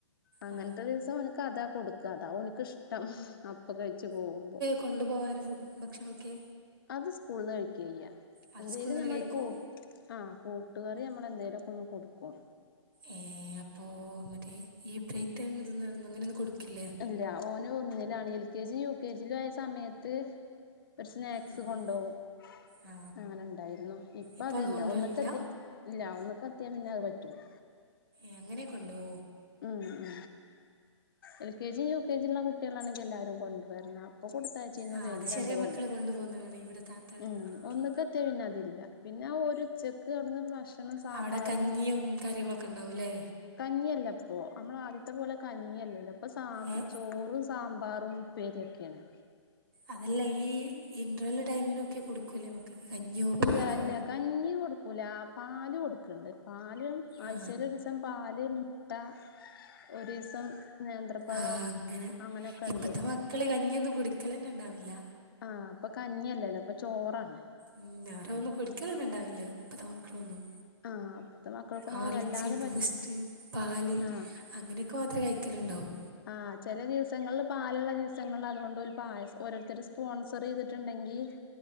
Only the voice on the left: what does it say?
അങ്ങനത്തെ
ദിവസം എനക്ക് അതാ കൊടുക്ക അതാ ഒന് ക്കിഷ്ടം അപ്പ കഴിച്ചു പോകുമ്പോ
അത് സ്കൂളിൽന്ന് കഴിക്കില്യ
എന്തേലും
ഞമ്മൊരു
കൂ ആകൂട്ടുകറി നമ്മള എന്തേലുക്കെ ഒന്ന് കൊടുക്കും
ഇല്ല ഓന് ഒന്നിലാണ് എൽ കെ ജിയും യു കെ ജിയിലും ആയ സമയത്ത് ഒരു സ്നാക്സ്
കൊണ്ടാവും
അങ്ങനെ ഉണ്ടായിരുന്നു ഇപ്പൊ
അതില്ല
ഒന്നിൽ ക്കെ എത്തി ഇല്ല ഒന്ന് കത്തിയാ പിന്നെ അത് പറ്റൂല
ഉം ഉം ൽ <unintelligible> L K G U K G ള്ള കുട്ടികളാണെങ്കിൽ എല്ലാരും കൊണ്ടുവരണം ന്ന അപ്പ കൊടുത്തയാച്ചി ചിനു
കെയിഞ്ഞു
രണ്ട്
കൊല്ലം
ഉം
ഒന്നികെ പിന്നെ അതില്ല പിന്നെ ഒരു ഉച്ചയ്ക്ക് അവിടുന്ന് ഭക്ഷണം സാമ്പാറും
കഞ്ഞിയല്ല പ്പൊ നമ്മള ആദ്യത്തെ പോലെ കഞ്ഞിയല്ലല്ലോ പ്പൊ സാമ്പ
ചോറും സാമ്പാറും ഉപ്പേരിക്കെണ്
ഇല്ല
ഇല്ല കഞ്ഞി കൊടുക്കൂല പാല് കൊടുക്കണ്ട് പാലും ആഴ്ചെല്
ഒരീസ് സം പാല് മുട്ട ഒരീസം നേന്ത്രപ്പഴോ
അങ്ങനെക്കെണ്ട്
ആ പ്പൊ കഞ്ഞില്ലല്ലോ പ്പൊ ചോറാണ്
ആ അപ്പത്തെ മക്കൾക്കൊന്നും
അത് വല്ലാതെ
പ
ആ
ആഹ ചില ദിവസങ്ങളിൽ പാലുള്ള ദിവസങ്ങളിൽ അതുകൊണ്ട് ഒരു പായസം ഓരോരുത്തർ സ്പോൺസർ ചെയ്തിട്ടുണ്ടെങ്കി